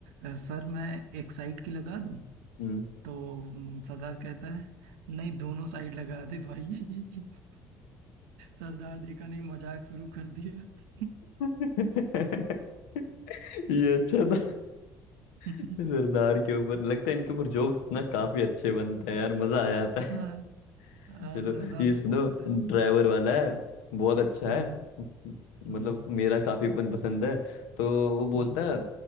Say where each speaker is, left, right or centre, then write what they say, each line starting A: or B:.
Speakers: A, on the right; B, on the left.
A: "अ, सर मैं एक साइड की लगा दूं
B: हम्म।
A: तो म, सरदार कहता है नहीं दोनों साइड लगा दे भाई <laughs> सरदार देखा नहीं मजाक शुरू कर दिया
B: <laughs> ये अच्छा था
A: <laughs>
B: सरदार के ऊपर लगता है इनके ऊपर जोक्स ना काफी अच्छे बनते हैं यार मजा आ जाता
A: हाँ
B: है <laughs>
A: हाँ
B: चलो
A: सरदार
B: ये
A: भी
B: सुनो
A: बहुत बनते हैं
B: ड्राइवर वाला है बहुत अच्छा
A: हम्म
B: है मतलब
A: हम्म
B: मेरा काफी पन- पसंद है तो वो बोलता
A: हम्म
B: है